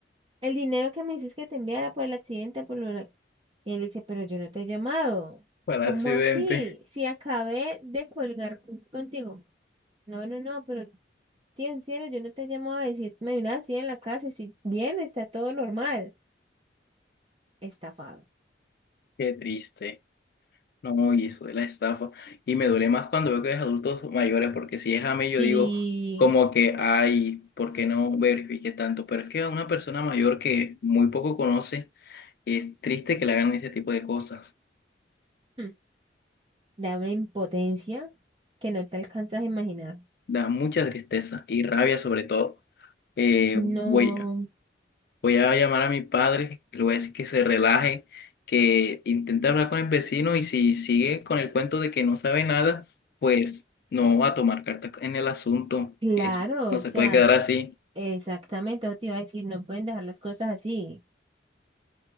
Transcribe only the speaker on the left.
fue el
accidente,
qué triste. No, y eso de la estafa. Y me duele más cuando veo que es adultos mayores, porque si es a mí, yo
digo, como que, ay, ¿por qué no verifique tanto? Pero es que a una persona mayor que muy poco conoce, es triste que le hagan ese tipo de cosas.
Da mucha tristeza y rabia sobre todo. Eh, voy,
Voy a llamar a mi padre, le voy a decir que se relaje, que intente hablar con el vecino y si sigue con el cuento de que no sabe nada, pues no va a tomar cartas en el asunto.
que Eso no
se
puede quedar así.